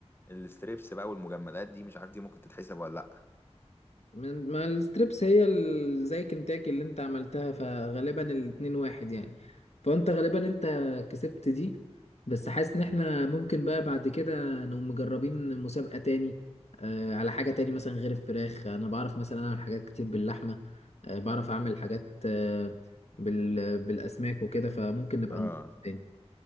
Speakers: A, on the left; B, on the left.
A: الستريبس بقى والمجمدات دي مش عارف دي ممكن تتحسب ولا لا
B: من ما الستريبس هي ال- زي كنتاكي اللي انت عملتها فغالبا الاتنين واحد يعني فانت غالبا انت كسبت دي بس حاسس ان احنا ممكن بقى بعد كده نقوم مجربين مسابقة تاني آه على حاجة تاني مثلا غير الفراخ انا بعرف مثلا اعمل حاجات كتير باللحمة آه بعرف اعمل حاجات آه بال بالاسماك وكده فممكن نبقى
A: اه
B: نجرب تاني